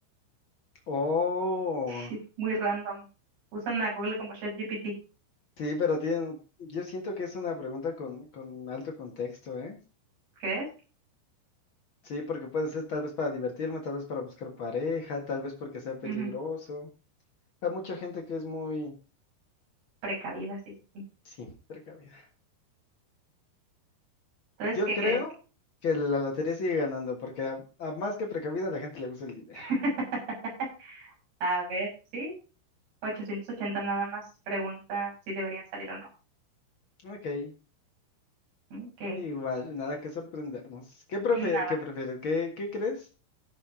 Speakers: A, on the left (about 85°); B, on the right (about 55°).
A: Oh,
B: sí, muy random. Usan a Google como ChatGPT,
A: sí, pero tienen, yo siento que es una pregunta con, con alto contexto, ¿eh?
B: ¿crees?
A: Sí, porque puede ser tal vez para divertirme, tal vez para buscar pareja, tal vez porque sea peligroso.
B: Ujú,
A: Hay mucha gente que es muy,
B: Precavida, sí, sí, sí.
A: sí, precavida.
B: Entonces,
A: Yo
B: ¿qué
A: creo
B: crees?
A: que la la lotería sigue ganando, porque a, a más que precavida a la gente le gusta el dinero.
B: <laughs> A ver, sí, 880 nada más pregunta si deberían salir o no.
A: Ok,
B: Ok,
A: igual, nada que sorprendernos. ¿Qué prefe-
B: nada.
A: qué prefieres? ¿Qué, qué crees